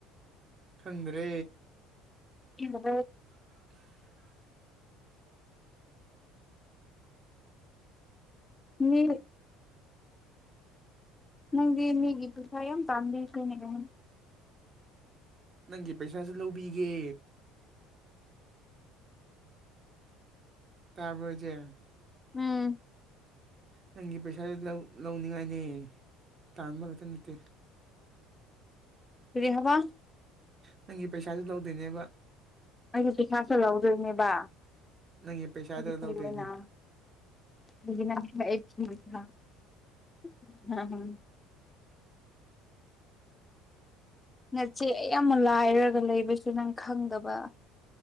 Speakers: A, on the right; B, on the left.
A: ꯈꯪꯗ꯭ꯔꯦ
B: ꯏ ꯍ
A: <unintelligible>
B: ꯃꯤ ꯅꯪꯒꯤ ꯃꯤꯒꯤ ꯄꯁꯥꯏ ꯇꯥꯝꯕꯤ ꯀꯅꯤꯔꯦ
A: ꯅꯪꯒꯤ ꯄꯩꯁꯥꯁꯨ ꯂꯧꯕꯤꯒꯦ ꯇꯥꯔꯕꯁꯦ
B: ꯎꯝ
A: ꯅꯪꯒꯤ ꯄꯩꯁꯥꯁꯨ ꯂꯧꯅꯤꯡꯉꯥꯏꯅꯦ ꯇꯥꯟꯕ ꯈꯛꯇ ꯅꯠꯇꯦ
B: ꯔꯤꯍꯕ
A: ꯅꯪꯒꯤ ꯄꯩꯁꯥꯁꯨ ꯂꯧꯗꯣꯏꯅꯦꯕ
B: ꯑꯩꯒꯤ ꯄꯩꯈꯥꯁꯨ ꯂꯧꯗꯣꯏꯅꯦꯕ
A: ꯅꯪꯒꯤ ꯄꯩꯁꯥꯗꯣ
B: ꯑꯩꯒꯤ ꯐꯤ
A: ꯂꯧꯗꯣꯏꯅꯦ
B: ꯑꯣꯏꯅ <unintelligible> ꯉꯆꯦ ꯑꯩ ꯑꯃꯨꯛ ꯂꯥꯏꯔꯒ ꯂꯩꯕꯁꯨ ꯅꯪ ꯈꯪꯗꯕ